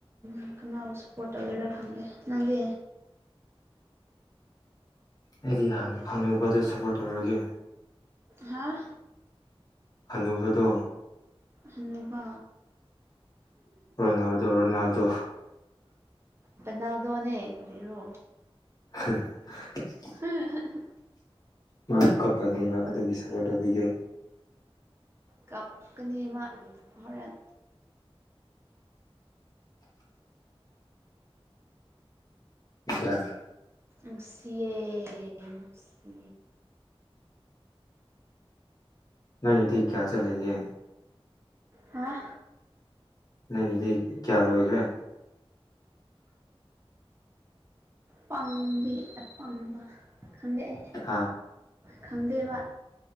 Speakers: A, on the right; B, on the left.
A: ꯎ ꯀꯅꯥꯕꯨ ꯁꯞꯄꯣꯔꯠ ꯇꯧꯕꯤꯔ ꯈꯪꯗꯦ ꯅꯪꯗꯤ
B: ꯑꯩꯗꯤ ꯌꯥꯝꯅ ꯍꯅꯨꯕꯗ ꯁꯞꯄꯣꯔꯠ ꯇꯧꯔꯒꯦ
A: ꯍꯥꯥ
B: ꯍꯅꯨꯕꯗꯣ
A: ꯍꯟꯅꯨꯕ
B: ꯔꯣꯅꯥꯜꯗꯣ ꯔꯣꯅꯥꯜꯗꯣ
A: ꯄꯦꯟꯅꯥꯜꯗꯣꯅꯦ ꯀꯔꯤꯔꯣ
B: <inaudible>
A: <inaudible>
B: ꯃꯥꯁꯨ ꯀꯞꯄꯅꯦꯕ ꯑꯗꯨꯒꯤ ꯁꯄꯣꯔꯠ ꯇꯧꯕꯤꯒꯣ
A: ꯀꯥꯞꯀꯅꯤ ꯑꯃ ꯍꯣꯔꯦꯟ
B: ꯑꯠꯇ꯭ꯔ
A: ꯪ ꯁꯤ ꯑꯦ ꯁꯤ
B: ꯅꯗꯤ ꯀꯌꯥ ꯆꯜꯦ
A: ꯍꯥ
B: ꯅꯪꯒꯤꯗꯤ ꯀꯌꯥ ꯂꯣꯏꯈ꯭ꯔꯦ
A: ꯄꯥꯪꯕꯤ ꯑꯄꯥꯪꯕ ꯈꯪꯗꯛꯑꯦ
B: ꯍꯥ
A: ꯈꯪꯗꯦꯕ